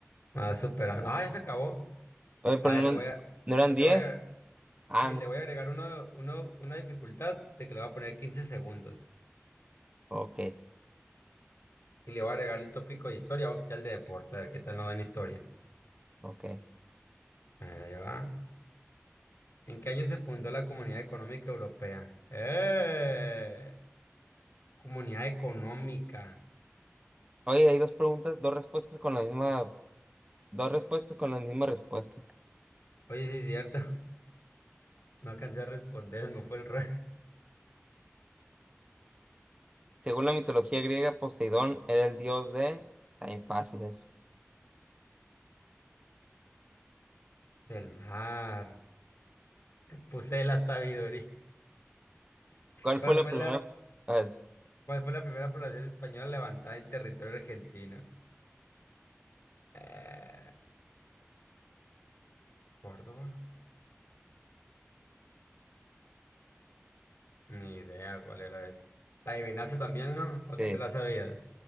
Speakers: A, on the left (about 55°); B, on the right (about 25°).
A: me vas superando. Ah, ya se acabó.
B: Oye, pero
A: A
B: no,
A: ver, le voy
B: no
A: a,
B: eran
A: le
B: 10.
A: voy a,
B: Ah,
A: sí,
B: no.
A: le voy a agregar uno, uno, una dificultad de que le voy a poner 15 segundos.
B: Ok,
A: Y le voy a agregar el tópico de historia o quitar el de deporte, a ver qué tal nos va en historia.
B: ok.
A: A ver, ahí va. ¿En qué año se fundó la Comunidad Económica Europea? ¡Eh! Comunidad Económica.
B: Oye, hay dos preguntas, dos respuestas con la misma, dos respuestas con la misma respuesta.
A: Oye, sí es cierto. <laughs> No alcancé a responder, me fue el <laughs> rey
B: Según la mitología griega, Poseidón era el dios de... También fáciles.
A: del mar. Puse la sabiduría.
B: ¿Cuál
A: ¿Cuál
B: fue la
A: fue
B: primera?
A: la,
B: A ver,
A: cuál fue la primera población española levantada en territorio argentino? Eh, ¿Córdoba? Ni idea cuál era eso. ¿La adivinaste también, no? ¿O
B: sí,
A: tú te la sabías?